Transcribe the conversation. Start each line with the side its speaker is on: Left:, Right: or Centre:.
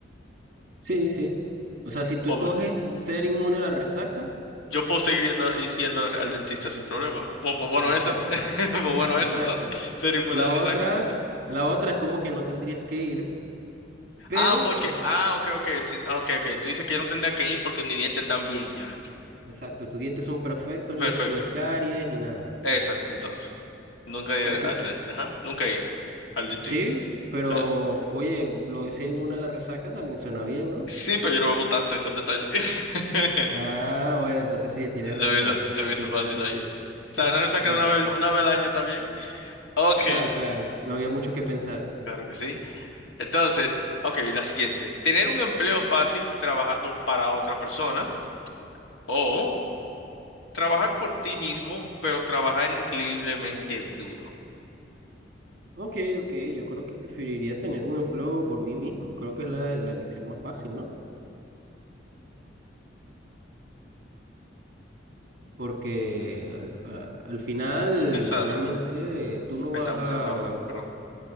Right: Sí, sí. O sea, si tú
Left: O
Right: escoges ser inmune a la resaca,
Left: yo puedo seguir yendo y siendo al al dentista sin problema. Bueno, pues bueno
Right: exacto,
Left: esa. <laughs> Pues bueno esa
Right: exacto.
Left: entonces. Ser inmune
Right: O La
Left: a la resaca.
Right: otra, la otra es como que no tendrías que ir, pero
Left: Ah, porque, ah, ok, ok, sí, ok, ok. Tú dices que yo no tendría que ir porque mi diente también ya.
Right: Exacto, tus dientes son perfectos,
Left: Perfecto.
Right: nunca tienes caries ni nada.
Left: Esa, entonces. Nunca ir
Right: Prefi-
Left: al, ajá, nunca ir al dentista.
Right: sí, pero
Left: Ah,
Right: oye, lo de ser inmune a la resaca también suena bien, ¿no?
Left: sí, pero yo no bebo tanto, ese es el detalle. <laughs>
Right: Ah, bueno, entonces sí, tienes
Left: Se
Right: razón.
Left: me hizo, se
Right: Así
Left: me hizo fácil
Right: sí, así
Left: ahí.
Right: sí.
Left: O
Right: <laughs>
Left: sea, no se saca
Right: Bueno,
Left: una vez, una vez al año, ¿está bien? Ok,
Right: ah, claro, no había mucho que pensar.
Left: claro que sí. Entonces, ok, la siguiente. Tener un empleo fácil trabajando para otra persona o trabajar por ti mismo, pero trabajar increíblemente duro.
Right: Ok, ok, yo creo que preferiría tener un empleo por mí mismo. Creo que es la, la elección más fácil, ¿no? Porque al, a- al final
Left: Exacto.
Right: realmente tú no
Left: Ahí
Right: vas
Left: Estábamos,
Right: a
Left: ya estaba hablando, perdón.